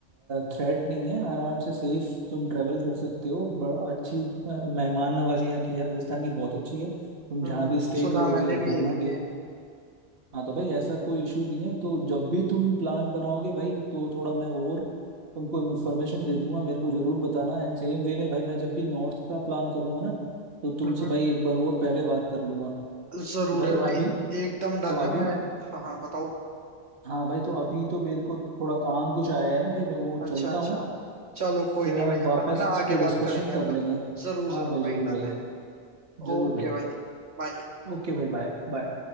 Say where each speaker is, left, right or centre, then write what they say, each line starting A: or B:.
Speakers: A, on the right; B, on the right.
A: थ्रेट नहीं है आराम से सेफ तुम ट्रेवल कर सकते हो बड़ा अच्छी अ, मेहमान नवाजी यहाँ की है राजस्थान की बहुत अच्छी है तुम
B: हम्म,
A: जहाँ भी स्टे
B: सुना
A: करोगे
B: मैंने
A: घूमोगे
B: भी है भाई ये
A: हाँ तो भाई ऐसा कोई इशू नहीं है तो जब भी तुम प्लान बनाओगे भाई तो थोड़ा मैं और तुमको इन्फॉर्मेशन दे दूंगा मेरे को जरूर बताना एंड सेम वे में भाई मैं जब भी नॉर्थ का प्लान करूंगा ना तो तुमसे
B: हम्म,
A: भाई एक बार और पहले बात कर लूंगा
B: जरूर
A: तो भाई
B: है भाई
A: अभी
B: एकदम डन
A: तो अभी
B: है मैं हाँ हाँ बताओ
A: हाँ भाई तो अभी तो मेरे को थोड़ा काम कुछ आया है ना भाई मैं वो
B: अच्छा
A: चलता
B: अच्छा
A: हूँ
B: चलो कोई
A: फिर
B: नहीं
A: हम
B: भाई
A: वापस
B: अपन है ना
A: इस
B: आगे
A: पर डिस्कशन
B: बात करेंगे
A: कर
B: अपन
A: लेंगे
B: जरूर
A: हाँ
B: जरूर
A: भाई
B: भाई
A: जरूर
B: डन
A: भाई
B: है
A: जरूर
B: ओके
A: भाई
B: भाई बाय
A: ओके भाई बाय बाय